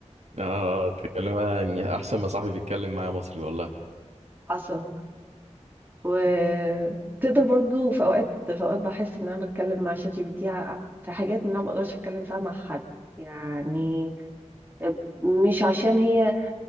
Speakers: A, on the right (about 65°); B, on the right (about 15°).
A: اه اتكلم يعني احسن ما صاحبي بيتكلم معايا مصري والله
B: حصل وتقدر برضو في اوقات في اوقات بحس ان انا بتكلم مع شات جي بي تي ع- في حاجات ان انا ما بقدرش اتكلم فيها مع حد يعني مش عشان هي